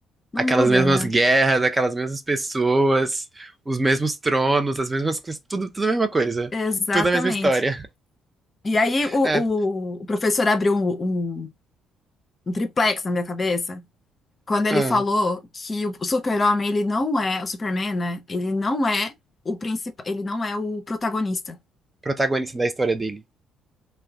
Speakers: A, on the left (about 30°); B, on the right (about 20°).
A: não
B: Aquelas
A: muda,
B: mesmas
A: né?
B: guerras, aquelas mesmas pessoas, os mesmos tronos, as mesmas coisas, tudo, tudo a mesma coisa.
A: Exatamente.
B: Tudo a mesma história.
A: E aí o, o,
B: É,
A: o professor abriu um, um, um triplex na minha cabeça. quando ele
B: ah,
A: falou que o Super-Homem, ele não é o Superman, né? Ele não é o principal, ele não é o protagonista.
B: protagonista da história dele.